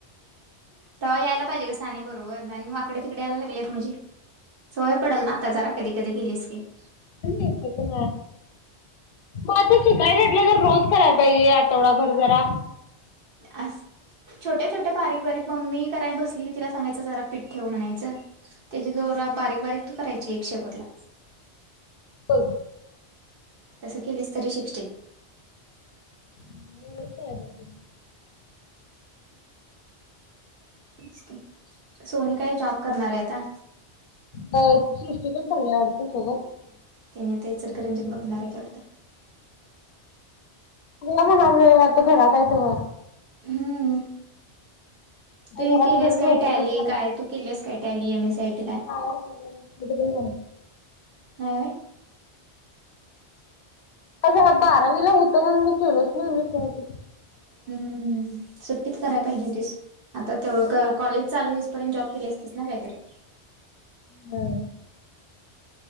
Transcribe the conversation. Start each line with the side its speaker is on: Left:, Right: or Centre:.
Right: तवा यायला पाहिजे असं. साने बरोबर आणि वाकडे तिकडे यायला लागलेच म्हणजे? सवय पडल ना आता जरा कधी कधी केलीस की <inaudible>
Left: मग आता शिकायला घेतलं तर रोज करायला पाहिजे आठवडाभर जरा
Right: अस छोट्या छोट्या बारीक बारीक मम्मी कराय बसली की तिला सांगायचं जरा पीठ ठेव म्हणायचं त्याची जरा बारीक बारीक तू करायची एक शेवटला.
Left: हो.
Right: तसं केलीस तरी शिकशील.
Left: नूर रुपय अज
Right: च का सोनी काही जॉब करणार आहे आता
Left: हो सृष्टी पण कल्याडात सुखं
Right: त्यानी आता इचलकरंजीत बघणार आहेत वाटतं
Left: हो म्हणालोय आता घरात आहे तवर
Right: हम्म
Left: आता
Right: तू हे
Left: घरात
Right: केलंस
Left: सगळं झोपूनच
Right: काय टॅली
Left: चाललंय
Right: काय तू केलंस काय टॅली एम ए सीआयटी काय
Left: बाहेर वगैरे
Right: नाही
Left: हम् अगं बारावीला हु तर मण मी केलोच नाही M S C I T
Right: हम्म सु ती करायला पाहिजे होतीस आता तेवढं
Left: म्हणजे
Right: कॉलेज चालू पर्यंत जॉब केली असतेस ना काहीतरी
Left: होय